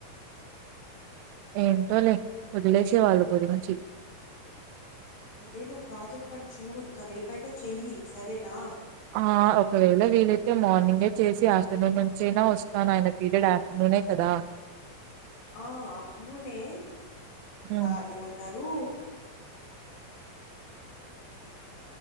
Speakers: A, on the right; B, on the left.
A: ఏంటో లే వదిలేసై వాళ్ళు గురించి
B: అదేదో ప్రాజెక్ట్ పని చూడు ఇంకా రేపయినా చెయ్యి సరేనా
A: ఆ ఒకవేళ వీలైతే మార్నింగే చేసి ఆఫ్టర్నూన్ నుంచైనా వస్తాను ఆయన పీరియడ్ అయ్ నేె కదా
B: ఆ ఆఫ్టర్నూనే
A: హ్మ్.
B: అదేమంటారు